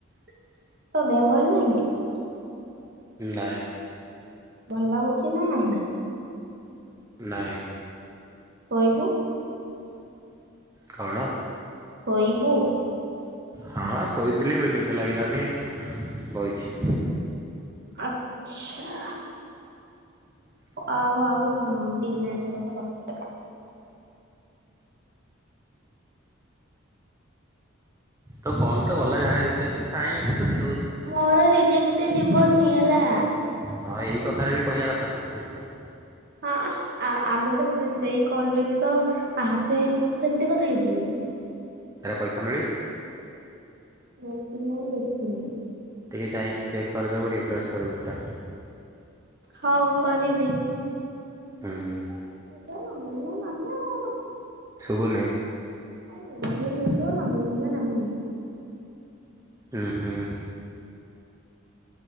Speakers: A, on the right; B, on the right.
A: ତୋ ଦେହ ଭଲ ନାଇଁ କି?
B: ନାହିଁ।
A: ଭଲଲାଗୁଛି ନା ନାହିଁ।
B: ନାଇଁ।
A: ଶୋଇବୁ?
B: କଣ?
A: ଶୋଇବୁ?
B: ହଁ ଶୋଇଥିଲି ବେ ନିଦ ଲାଗିଲାନି ବଇଚି।
A: ଆଚ୍ଛା ଆଉ ଆଉ ଦି ମିନିଟ <unintelligible>
B: ତ କଲ ତ ଗଲା ଜାଣେ ରିଜେକ୍ଟ କାଇଁ ଏନ୍ତି ଖୁସି ହଉଚୁ।
A: ମୋର ରଜେକ୍ଟ ଯିବନି ହେଲା।
B: ହଁ ଏଇ କଥାରେ ବି କଇଆ କଥା ନୁହଁ ବୁଝିଲୁ ନା?
A: ହଁଅଁ ଆ ଆ ଆମେ ତ ସେ ସେଇ କଲ ରେ ବି ତ ହାପି ହାଇ ମୁଁ ତ ସେମତି କଥା ହେଇଥିଲୁ।
B: ଏରା ପଇସା ମିଳିଚି?
A: ଏମତି ବି ନୁହଁ ମୁଁ ଦେଖିନି।
B: ଟିକେ ଚାଇଁକି ଚେକ୍ କରିଦବୁ ରିଫ୍ରେେଶ କରିବୁ ସେଟା
A: ହଉ କରିବି।
B: ହୁଁ ଉଁ।
A: ମ ନାହିଁ ଆ ନା <unintelligible>
B: ଶୁବୁନି।
A: ଆରେ ମିଳିଥିଲେ ମିଳିଥିବ ନ ମିଳିଲେ ନାହିଁ।
B: ହୁଁଉଁ ହୁଁଉଁ